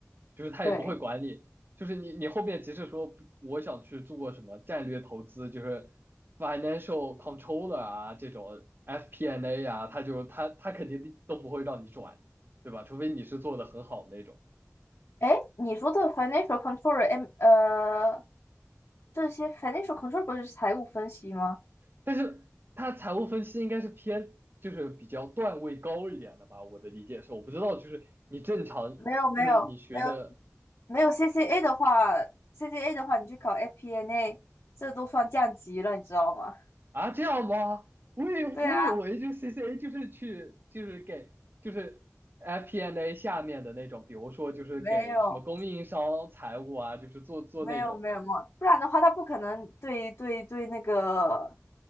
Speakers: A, on the right; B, on the left.
A: 就是他也不会管你，
B: 对，
A: 就是你你后面即使说我想去做什么战略投资，就是 financial controller 啊这种 FP&A 啊，他就他他肯定都不会让你转的对吧？除非你是做的很好的那种，
B: 哎，你说的 financial control M 呃这些 financial control 不是财务分析吗？
A: 但是他财务分析应该是偏就是比较段位高一点的吧，我的理解是，我不知道就是你正常就是你学的
B: 没有没有没有。没有 CCA 的话，CCA 的话，你去考 FPNA，这都算降级了，你知道吗？
A: 啊，这样吗？我以我以为就
B: 对啊，
A: CCA 就是去就是给就是 FP&A N 下面的那种，比如说就是给什么供应商财务啊，
B: 没有，
A: 就是做做那种的
B: 没有，没有，没有，不然的话，他不可能对对对那个，